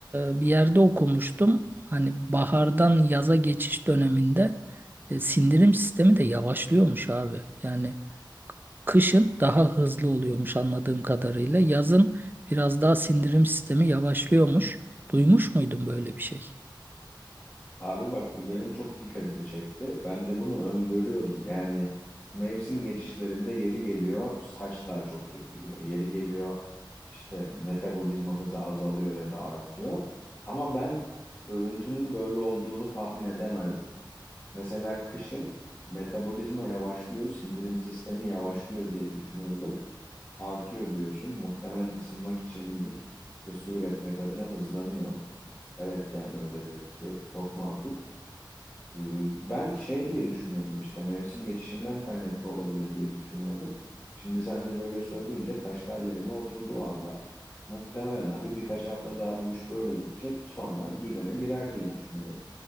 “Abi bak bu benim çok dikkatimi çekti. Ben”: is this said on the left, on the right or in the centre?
Left